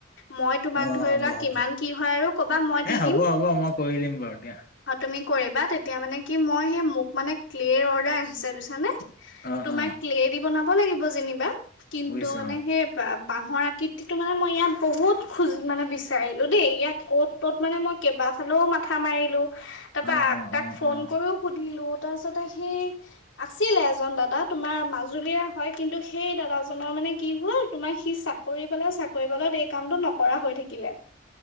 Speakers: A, on the left; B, on the left.
A: মই তোমাক
B: অ অ
A: ধৰি
B: হ'ব
A: লোৱা
B: হ'ব
A: কিমান কি হয় আৰু কবা মই দি
B: এ হ'ব
A: দিম।
B: হ'ব মই কৰি দিম বাৰু দিয়া
A: অ, তুমি কৰিবা তেতিয়া মানে কি মই সেই মোক মানে ক্লেৰ অৰ্ডাৰ আহিছে বুজিছানে?
B: অ
A: তোমাৰ
B: অ
A: ক্লে দি বনাব লাগিব যেনিবা, কিন্তু
B: বুজিছো
A: মানে
B: অ
A: সেই বাঁহ বাঁহৰ ঘৰ আকৃতিটো মানে মই ইয়াত বহুত খোজ মানে বিচাৰিলোঁ দেই ইয়াত অ'ত ত'ত মানে মই কেইবা ফালেও মাথা মাৰিলোঁ। তাৰপা
B: অ অ
A: তাক
B: অ
A: ফোন
B: অ
A: কৰিও সুধিলো। তাৰ পিছতে সেই আছিলে এজন দাদা তোমাৰ মাজুলীয়ে হয় কিন্তু সেই দাদাজনৰ মানে মানে কি হল তোমাৰ সি চাকৰি পালে চাকৰি পালে ত এই কামটো নক নকৰা হৈ থাকিলে,